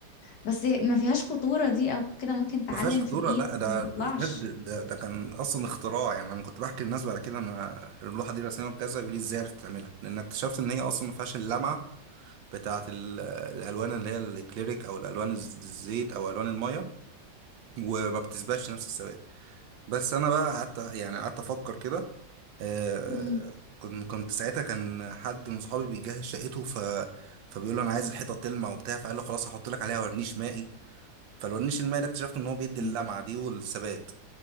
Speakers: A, on the left; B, on the right.
A: بس ما فيهاش خطوره دي او كده ممكن تعلم
B: ما فيهاش خطوره
A: في الايد
B: لا ده
A: ما تطلعش
B: ده ده, ده كان اصلا اختراع يعني لما كنت بحكي للناس بعد كده انا اللوحه دي رسمها بكذا يقول لي ازاي عرفت تعملها لان اكتشفت ان هي اصلا ما فيهاش اللمعه بتاعت ال- الالوان اللي هي الاكليريك او الالوان الزيت او الوان الميه وما بتثبتش نفس الثبات بس انا بقى قعدت يعني قعدت افكر كده آه
A: امم
B: كنت كنت ساعتها كان حد من صحابي بيجهز شقته ف فبيقول له انا عايز الحيطه تلمع وبتاع فقال له خلاص هحط لك عليها ورنيش مائي فالورنيش المائي ده اكتشفت ان هو بيدي اللمعه
A: أمم.
B: دي والثبات